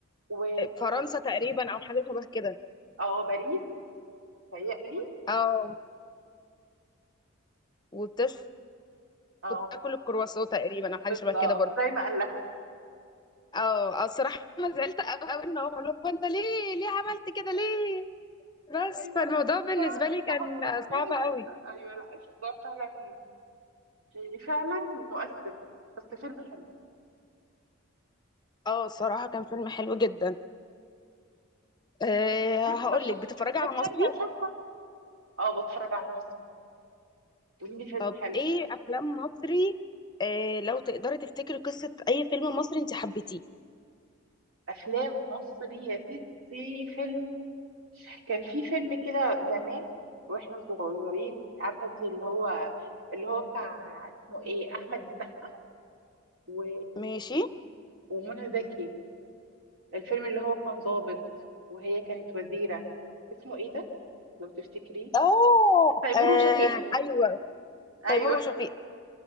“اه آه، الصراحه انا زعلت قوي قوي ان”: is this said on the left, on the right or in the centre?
Left